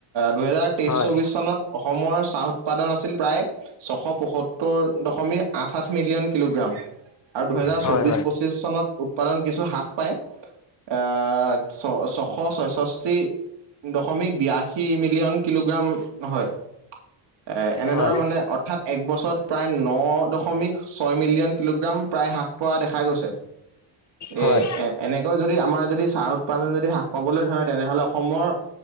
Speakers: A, on the right; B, on the left.
A: দুহেজাৰ তেইস
B: হয়
A: চৌবিশ চনত। অসমৰ চাহ উৎপাদন আছিল প্ৰায় ছশ পয়সত্তৰ দশমিক আঠ-আঠ মিলিয়ন। কিলোগ্ৰাম আৰু দুহেজাৰ
B: হয়
A: চৌবিশ পঁচিশ চনত উৎপাদন কিছু হ্ৰাস পায়। এ ছ-ছশ ছয়ষষ্ঠি। দশমিক বিয়াশী মিলিয়ন কিলোগ্ৰাম হয়, এ এনেধৰে
B: হয়
A: মানে। অৰ্থাৎ এক বছৰত প্ৰায় ন দশমিক ছয় মিলিয়ন কিলোগ্ৰাম প্ৰায় হাক পোৱা দেখা গৈছে, এ,
B: হয় হয়
A: এ। এনেকৈ যদি আমাৰ যদি চাহ উৎপাদন যদি হ্ৰাস পাবলৈ ধৰে, তেনেহ'লে অসমৰ।